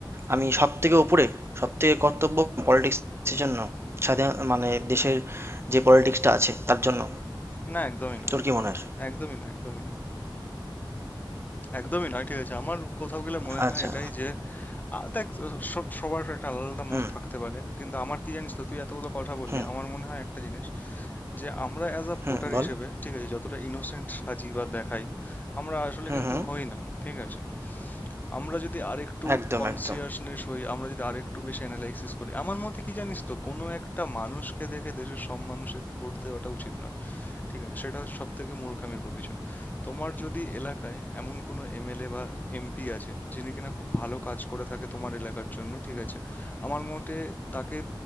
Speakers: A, on the right (about 30°); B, on the left (about 20°).
A: আমি সব থেকে উপরে সব থেকে কর্তব্য পলিটিক্সের জন্য স্বাধীন মানে দেশের যে পলিটিক্সটা আছে তার জন্য
B: না একদমই নয়
A: তোর কি মনে হয়
B: একদমই না একদমই নয় একদমই নয় ঠিক আছে আমার কোথাও গেলে মনে
A: আচ্ছা
B: হয় এটাই যে আ, দেখ স- সবার একটা আলাদা আলাদা
A: হুম
B: মত থাকতে পারে কিন্তু আমার কি জানিস তো তুই এতগুলো কথা বললি
A: হুম
B: আমার মনে হয় একটা জিনিস যে আমরা অ্যাজ আ
A: হুম
B: ভোটার
A: বল
B: হিসেবে ঠিক আছে যতটা ইনোসেন্ট সাজি বা দেখাই আমরা আসলে
A: হুম
B: কিন্তু
A: হুম
B: হই না ঠিক আছে আমরা যদি আরেকটু
A: একদম
B: কনসিয়াসনেস
A: একদম
B: হই আমরা যদি আরেকটু বেশি অ্যানালাইসিস করি আমার মতে কি জানিস তো কোনো একটা মানুষকে দেখে দেশের সব মানুষের ভোট দেওয়াটা উচিত নয় ঠিক আছে সেটা হচ্ছে সবথেকে মূর্খামির পরিচয় তোমার যদি এলাকায় এমন কোনো এমএলএ বা এমপি আছে যিনি কিনা খুব ভালো কাজ করে থাকে তোমার এলাকার জন্য ঠিক আছে আমার মতে তাকে